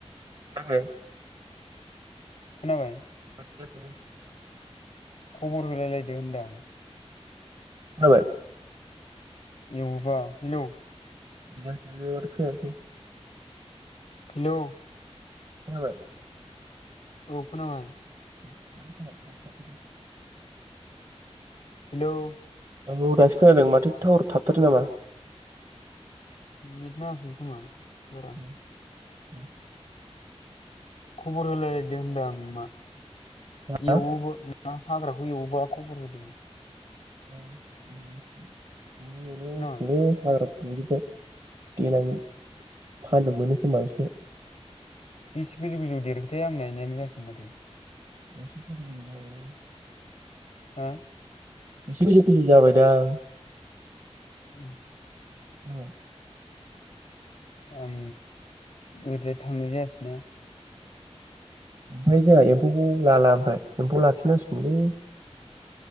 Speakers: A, on the right; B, on the left.
A: मारै?
B: खोनाबाय?
A: <inaudible>
B: खबर होलायलायदो होनदां।
A: खोनाबाय?
B: एवोबा हेल'
A: मारै जाखो माथो खोनायासै‌?
B: हेल'
A: खोनाबाय?
B: औ खोनाबाय।
A: <inaudible>
B: हेल'
A: औ दासो खोनादों माथो टावार थाबथादो नामा?
B: नेट नाङाखै खोमा! बारा
A: ओं। ओं।
B: खबर होलायलायदो होनदां मा
A: हा
B: एवोबा ना हाग्राखौ एवोबा खबर होदो।
A: <inaudible> <unintelligible>
B: खोनाबाय
A: बिदिखौ देलाय फाननो मोनो खोमा एसे
B: बेसे गोजौ गोजौ देरखोथाय आं नायनायानो जाखै माथो?
A: <unintelligible>
B: हो?
A: एसे गोजौ जाबायदां!
B: उम।
A: जाबाय।
B: ओम ओरैजाय थांनाय जायासैना।
A: ओमफ्राय जोंहा एम्फौखौ लाला ओमफ्राय एम्फौ लाफिनांसिगौलै